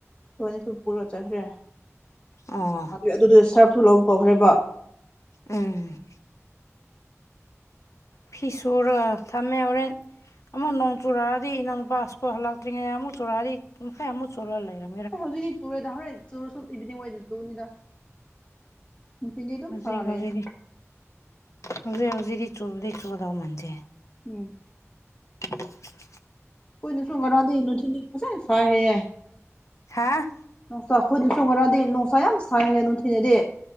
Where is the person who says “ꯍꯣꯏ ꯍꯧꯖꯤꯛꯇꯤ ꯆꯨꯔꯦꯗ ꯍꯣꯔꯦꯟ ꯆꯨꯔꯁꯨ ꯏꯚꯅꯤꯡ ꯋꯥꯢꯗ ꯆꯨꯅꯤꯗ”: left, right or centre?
Left